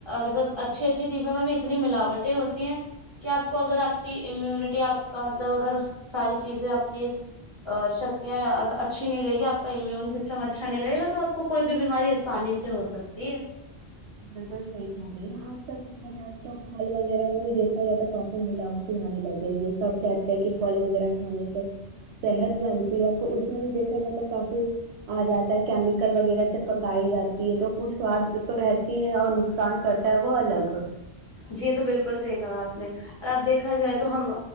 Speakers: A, on the left; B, on the right.
A: مطلب اچھی اچھی چیزوں میں بھی اتنی ملاوٹیں ہوتی ہیں کیا آپ کو اگر آپ کی امیونٹی آپ کا مطلب اگر ساری چیزیں آپ کی شکتیاں اچھی نہیں رہے گی آپ کا امیون سسٹم اچھا اچھا نہیں رہے گا تو آپ کو کوئی بھی بیماری آسانی سے ہو سکتی ہے
B: بالکل صحیح کہہ رہی ہیں آج کل دیکھا جائے تو پھل وغیرہ میں بھی دیکھا جائے تو کافی ملاوٹی آنے لگی یہ سب کہ فھل وغیرہ کھانے سے صحت بنتی ہے تو اس میں بھی دیکھا جائے تو ہے کافی آجاتا ہے کیمیکل وغیرہ سب پکائی جاتی ہے تو وہ سواد تو رہتے ہیں اور نقصان کرتا ہے وہ الگ
A: جی یہ تو بالکل صحیح کہا آپ نے اور اب دیکھا جائے تو ہم